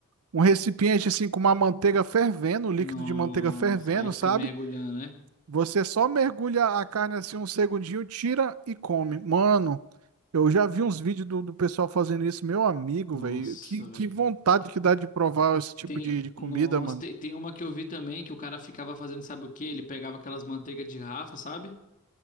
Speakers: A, on the right (about 75°); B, on the left (about 35°).
A: um recipiente assim com uma manteiga fervendo, um líquido
B: Nossa.
A: de manteiga fervendo,
B: Aí fica
A: sabe?
B: mergulhando, né?
A: Você só mergulha a carne assim um segundinho, tira e come. Mano, eu já vi uns vídeos do, do pessoal fazendo isso, meu amigo,
B: Nossa,
A: velho. Que, que
B: velho.
A: vontade que dá de provar esse tipo
B: Tem,
A: de, de comida,
B: nossa,
A: mano.
B: tem, tem uma que eu vi também que o cara ficava fazendo, sabe o quê? Ele pegava aquelas manteigas de Rafa, sabe?